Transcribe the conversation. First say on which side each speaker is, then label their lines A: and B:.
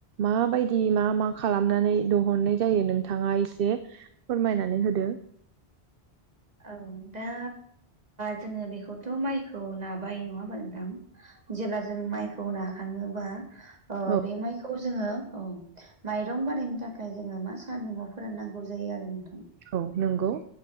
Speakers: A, on the right; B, on the right.
A: माबायदि मा मा खालामनानै दहुननाय जायो नोंथाङा एसे फोरमायनानै होदो
B: औ दा जोङो बेखौथ' माइखौ नाबाय नङा होमबा नोंथां जेला जों माइखौ नाखाङोबा ओ
A: औ
B: बे माइखौ खौ जोङो औ माइरं बानायनो थाखाय जोङो मा सानदुङाव फोराननांगौ जायो आरो नोंथां
A: औ नंगौ